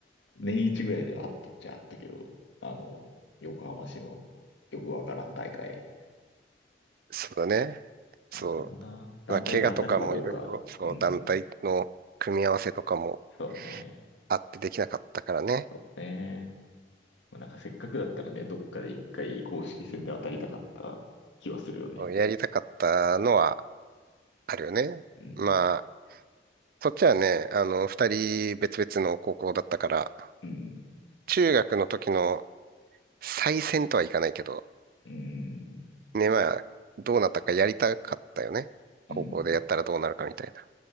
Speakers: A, on the left; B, on the right.
A: 年一ぐらいではあったっちゃあったけど、あの、横浜市のよくわからん大会。
B: そうだね。
A: あ、
B: そう。
A: れもな、団体で当たるかどうか。
B: まあ、怪我とかもいろいろ、そう、
A: うん、
B: 団体の組み合わせとかも
A: そうね。
B: あってできなかったからね。
A: そうね。まあ、なんかせっかくだったらね、どっかで一回公式戦で当たりたかった気はするよね。
B: そうやりたかったのはあるよね。
A: うん、
B: まあ、そっちはね、あの、二人別々の高校だったから、
A: うん、
B: 中学の時の再戦とはいかないけど、
A: うん、
B: ね、まあ、どうなったかやりたかったよね。高校でやったらどうなるかみたいな。
A: うん。